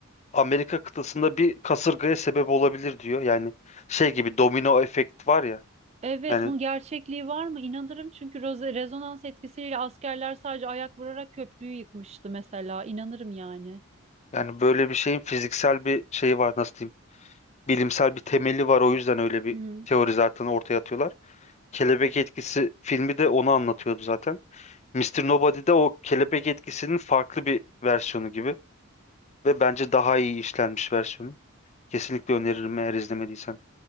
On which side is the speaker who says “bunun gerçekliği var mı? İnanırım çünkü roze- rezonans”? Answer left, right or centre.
Right